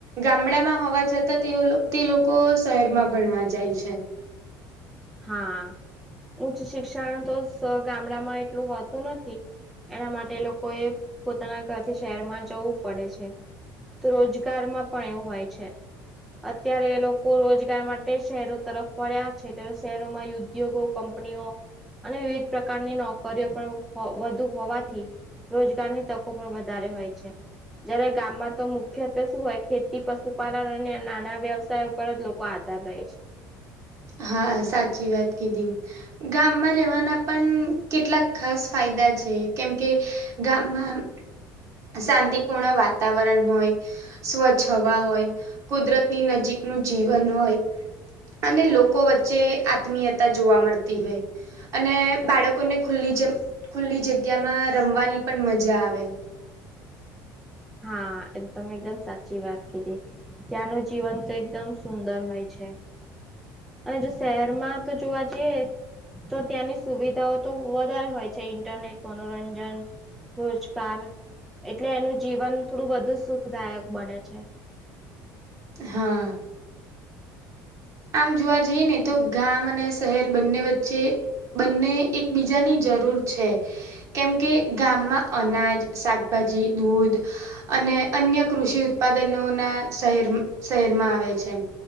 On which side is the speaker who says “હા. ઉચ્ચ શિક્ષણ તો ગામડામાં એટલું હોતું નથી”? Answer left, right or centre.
Centre